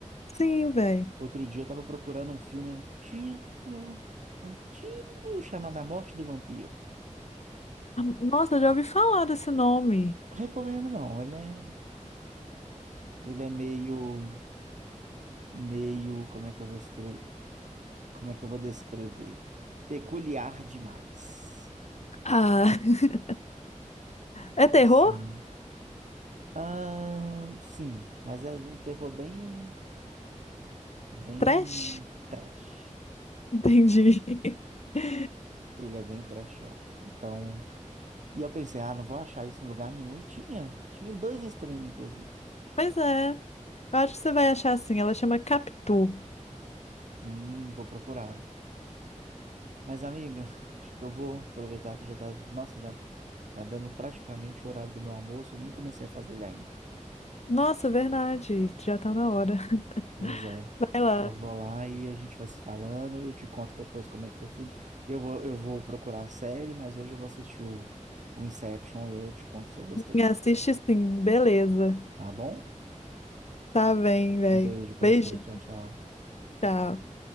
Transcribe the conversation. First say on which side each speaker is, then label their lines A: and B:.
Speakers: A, on the left; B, on the right.
A: sim, velho.
B: Outro dia eu tava procurando um filme antigo, antigo, chamado A Morte do Vampiro.
A: Nossa, eu já ouvi falar desse nome.
B: Recomendo não, ele é, ele é meio meio, como é que eu vou escrever, como é que eu vou descrever? Peculiar demais.
A: Ah, <laughs> é terror?
B: Sim. Ah, sim, mas é um terror bem, bem
A: Trash?
B: trash.
A: Entendi. <laughs>
B: Ele é bem trashão. Então, e eu pensei, ah, não vou achar isso em lugar nenhum. E tinha, tinha em dois streams, inclusive.
A: Pois é, eu acho que você vai achar assim. Ela chama Capitu.
B: Hum, vou procurar. Mas, amiga, <laughs> acho que eu vou aproveitar que já tá, nossa, já tá dando praticamente o horário do meu almoço. Eu nem comecei a fazer ele ainda.
A: Nossa, verdade, já tá na hora.
B: Pois
A: <laughs>
B: é.
A: Vai lá.
B: Eu vou lá e a gente vai se falando. Eu te conto depois como é que foi o filme. Eu vou, eu vou procurar a série, mas hoje eu vou assistir o, o Inception e aí eu te conto se eu gostei.
A: Me assiste sim, beleza.
B: Tá bom?
A: Tá bem, velho.
B: Um beijo pra
A: Beijinho,
B: você. Tchau, tchau.
A: tchau.